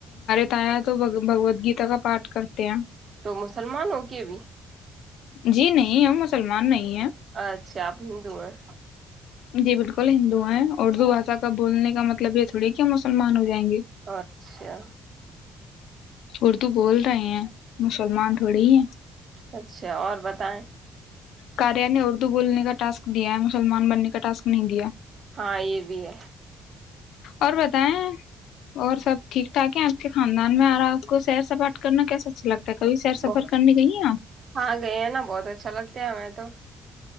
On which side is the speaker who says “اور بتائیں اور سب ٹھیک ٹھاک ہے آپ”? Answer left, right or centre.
Left